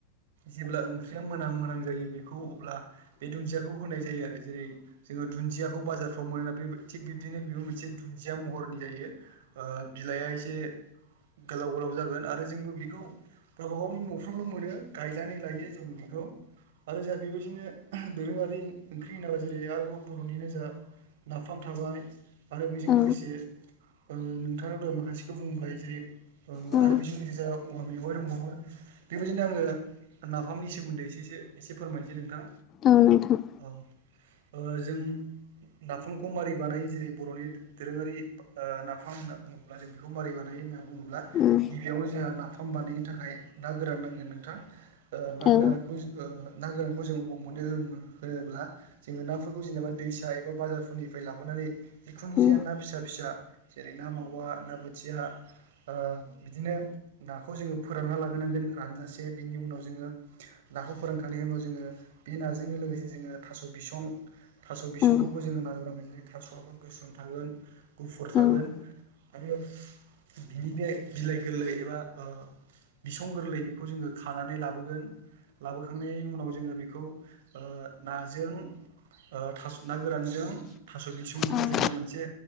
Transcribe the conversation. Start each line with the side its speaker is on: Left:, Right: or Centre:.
Right: जेब्ला ओंख्रिया मोनां मोनां जायो बेखौ अब्ला बे दुन्दियाखौ होनाय जायो आरो। जेरै जोङो दुन्दियाखौ बाजारफ्राव मोनो ना बे थिग बिब्दिनो बेबो मोनसे दुन्दिया महरनि जायो। ओ बिलाइआ एसे गोलाव गोलाव जागोन आरो जोंबो बेखौ गावबा गावनि न'फ्रावल' मोनो। गायनानै लायो जों बेखौ। आरो जोंहा बेबायदिनो दोरोङारि ओंख्रि होनांबा जेरै आरोबाव बर'निनो जोंहा नाफाम थाबाय। आरो बेजों
Left: उम औ
Right: लोगोसे ओं नोंथाङा दहाय माखासेखौ बुंबोबाय जेरै
Left: औ
Right: आरो बिदिनो गेजेराव औवा मेवाइ दंबावो बेबायदिनो आङो नाफामनि सोमोन्दै एसे एसे फोरमायनोसै नोंथां।
Left: औ नोंथां।
Right: औ ओ जों नाफामखौ मारै बानायो जेरै बर'नि दोरोङारि ओ नाफाम होन्ना बुङोब्ला जों बेखौ माबोरै बानायो होनना बुङोब्ला
Left: उम
Right: गिबियावनो जोंहा नाफ फाम बानायनो थाखाय ना गोरान नांगोन नोंथां ओ ना
Left: औ
Right: गोरानखौ जोङो ना गोनांखौ जों हबाव मोनो होनोब्ला जोङो नाफोरखौ जेनेबा दैसा एबा बाजारफोरनिफ्राय लाबोना जिखुनु
Left: उम
Right: जया ना फिसा फिसा जेरै ना मावा ना बोथिया ओ बिदिनो नाखौ जोङो फोरानना लागोनांगोन। रानजासे बिनि उनाव जोङो नाखौ फोरानखांनायनि उनाव जोङो बे नाजों जोङो थास' बिसं थास' बिसंखौबो
Left: उम औ औ औ
Right: जोङो <unintelligible> जेरै थास'आबो गोसोम थागोन, गुफ फुर
Left: उम
Right: थागोन आरो बिनि बे बिलाइ गोरलै एबा ओ बिसं गोरलै बेखौ जोङो खानानै लाबोगोन लाबोखांनायनि उनाव जोङो बेखौ ओ नाजों ओ थास' ना गोरानजों थास' बिसंजों
Left: औ औ
Right: जोङो मोनसे